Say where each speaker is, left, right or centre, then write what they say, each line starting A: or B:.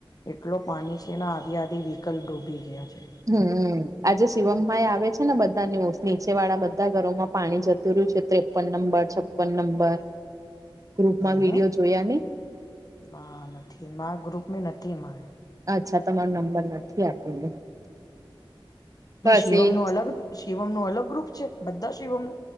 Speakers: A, on the left (about 40°); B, on the right (about 35°).
A: એટલો પાણી છે ને આધી આધી વિકલ્પ ડૂબી ગયા છે.
B: હમ્મ આજે શિવમભાઈ આવે છે ને બધા ન્યૂઝ નીચે વાળા બધા ઘરોમાં પાણી જતું રહ્યું છે તે. છપ્પન નંબર છપ્પન નંબર ગ્રુપમાં
A: હમ
B: વિડીયો
A: હમ
B: જોયા ને.
A: ના નથી મારૂ ગ્રુપ મે નથી માર્યો.
B: અચ્છા તમારો નંબર નથી આપેલો. બસ
A: હ શિવમ
B: એ જ.
A: નું અલગ શિવમ નું અલગ ગ્રુપ છે બધા શિવમનું